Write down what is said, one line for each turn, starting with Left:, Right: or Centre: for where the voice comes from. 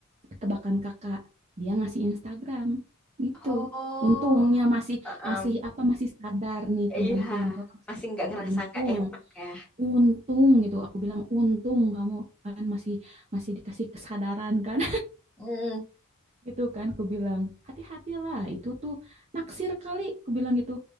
Right: Tebakan Kakak." Dia ngasih Instagram gitu.
Centre: Oh,
Right: Untungnya masih
Centre: heeh.
Right: masih apa masih sadar nih temanku
Centre: Iya,
Right: yang cowok tuh masih
Centre: masih
Right: sadar.
Centre: nggak ngerasa
Right: Untung,
Centre: nggak enak ya.
Right: untung gitu. Aku bilang, "Untung kamu kan masih masih dikasih kesadaran kan."
Centre: Hmm,
Right: gitu kan ku bilang hati-hatilah itu tuh naksir kali ku bilang gitu